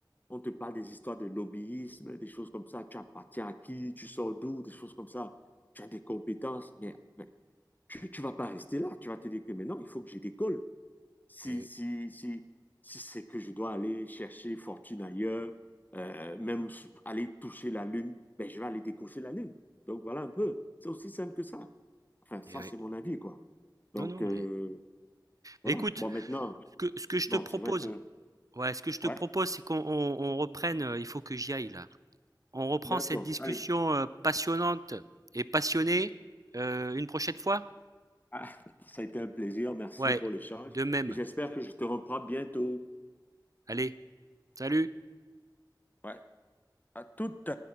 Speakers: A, on the left (about 25°); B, on the right (about 50°).
A: On te parle des histoires de lobbyisme, des choses comme ça. Tu appartiens à qui, tu sors d'où, des choses comme ça. Tu as des compétences, mais, mais tu ne vas pas rester là. Tu vas te dire que maintenant, il faut que je décolle. Si,
B: eh oui,
A: si, si, si c'est que je dois aller chercher fortune ailleurs, euh, même aller toucher la lune, ben, je vais aller décocher la lune. Donc voilà un peu. C'est aussi simple que ça. Enfin, ça,
B: eh oui.
A: c'est mon avis, quoi. Donc
B: Non, non,
A: euh,
B: mais
A: voilà.
B: écoute,
A: Bon, maintenant,
B: ce que ce que je te
A: bon,
B: propose
A: c'est vrai que,
B: ouais, ce que je te
A: ouais.
B: propose, c'est qu'on on on reprenne, heu, il faut que j'y aille là. On reprend
A: D'accord.
B: cette discussion,
A: Allez,
B: heu, passionnante et passionnée, heu, une prochaine fois?
A: Ah, ça a été un plaisir. Merci
B: Ouais,
A: pour l'échange.
B: de même.
A: Et j'espère que je te reprends bientôt.
B: allez salut
A: Ouais, à toutes.